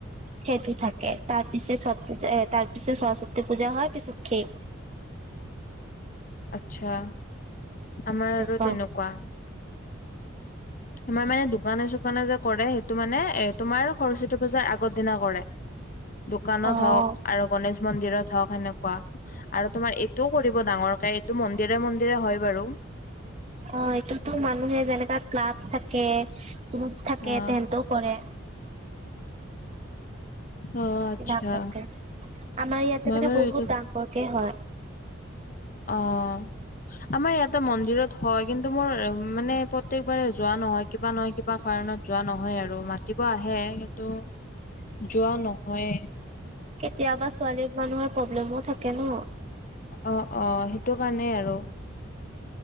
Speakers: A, on the right; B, on the left.
A: সেটো থাকে, তাৰ পিছত ছত পজা, তাৰ পিছত সৰস্বতী পূজা হয়, পিছত শেষ।
B: আচ্ছা, আমাৰ
A: এনেকুৱা
B: আৰু তেনেকুৱা। তোমাৰ মানে দোকানে-চোকানে যে কৰে, সেইটো মানে এই তোমাৰ সৰস্বতী পূজাৰ আগৰ দিনা কৰে। দোকানত
A: অ',
B: হ'ওক আৰু গণেশ মন্দিৰত হ'ওক হেনেকুৱা। আৰু তোমাৰ এইটো কৰিব ডাঙৰকে এইটো মন্দিৰে মন্দিৰে হয় বাৰু।
A: অঁ এইটোতো মানুহে যেনেকা ক্লাব থাকে গ্ৰুপ থাকে
B: অ',
A: তেহেঁত- কৰে।
B: অ', আচ্ছা
A: ডাঙৰকে, আমাৰ ইয়াতে
B: মই
A: মানে
B: বাৰু
A: বহুত
B: এইটোত
A: ডাঙৰকে হয়।
B: অঁ আমাৰ ইয়াতে মন্দিৰত হয়, কিন্তু মোৰ মানে পত- প্ৰত্যেকবাৰে যোৱা নহয় কিবা নহয় কিবা কাৰণত যোৱা নহয় আৰু, মাতিব আহে- ত যোৱা নহয়ে।
A: কেতিয়াবা ছোৱালী মানুহৰ প্ৰব্লেমো থাকে ন।
B: অঁ অঁ সেইটো কাৰণেই আৰু।